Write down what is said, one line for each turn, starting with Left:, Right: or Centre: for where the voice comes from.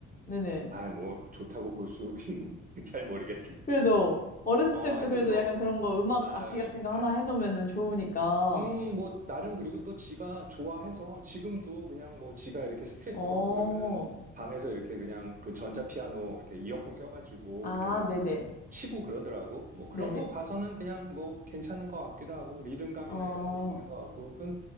Left: 네네.
Right: 아, 뭐, 좋다고 볼 수, <laughs> 잘 모르겠다.
Left: 그래도 어렸을
Right: 어,
Left: 때부터
Right: 하여튼
Left: 그래도
Right: 뭐,
Left: 약간 그런 거 음악
Right: 아,
Left: 악기 같은 거
Right: 아,
Left: 하나 해놓으면은 좋으니까.
Right: 음, 뭐, 나름 그리고 또 지가 좋아해서 지금도 그냥 뭐 지가 이렇게 스트레스
Left: 어,
Right: 받고 그럴 때는 방에서 이렇게 그냥 그 전자피아노 이렇게 이어폰 껴가지고
Left: 아,
Right: 이렇게 막
Left: 네네.
Right: 치고 그러더라고. 뭐 그런
Left: 네네.
Right: 거 봐서는 그냥 뭐 괜찮은 것 같기도 하고 리듬감이나
Left: 어,
Right: 이런 거는 있는 것 같고. 그런